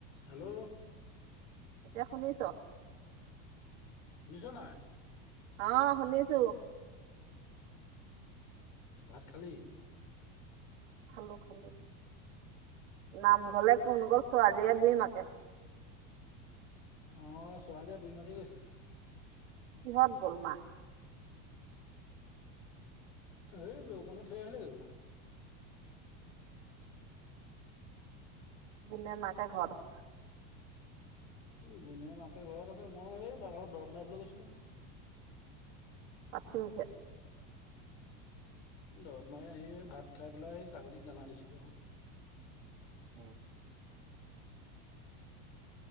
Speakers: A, on the left; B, on the right.
A: Hello
B: এতিয়া শুনিছ'?
A: শুনিছ নাই?
B: অ শুনিছো
A: ভাত খালি?
B: খালো খালো নামঘলে কোন গ'ল ছোৱালীয়ে বই মাকে?
A: অ', ছোৱালীয়ে, বুঢ়ী মাকে <unintelligible>
B: কিহত গ'ল মা?
A: এই লৌকনে থৈ আহিলে গৈ।
B: গুনে, মাকে ঘৰত আছে?
A: গুণে, মাকে ঘৰত আছে মই এই বাগানত দৰৱ মাৰিবলৈ গৈছিলোঁ।
B: পাত চিঙিছে?
A: দৰৱ মাৰি আহি ভাত খাই পেলাই ছাগলীক দানা দিছিলোঁ।
B: <unintelligible>